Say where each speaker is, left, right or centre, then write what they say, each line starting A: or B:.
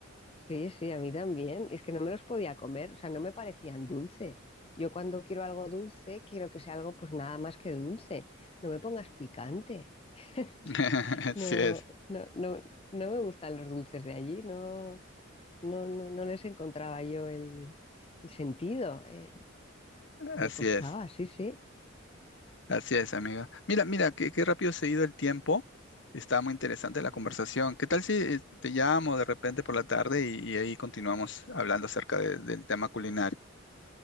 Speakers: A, on the left; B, on the left.
A: Sí, sí, a mí también. Es que no me los podía comer, o sea, no me parecían dulce. Yo cuando quiero algo dulce, quiero que sea algo pues nada más que dulce. No me pongas picante. <laughs>
B: <laughs> Así
A: No,
B: es,
A: no, no, no me gustan los dulces de allí, no, no, no, no les encontraba yo el, el sentido. eh,
B: así
A: Me costaba,
B: es,
A: sí, sí.
B: así es, amiga. Mira, mira, qué, qué rápido se ha ido el tiempo. Está muy interesante la conversación. ¿Qué tal si eh, te llamo de repente por la tarde y, y ahí continuamos hablando acerca de- del tema culinario?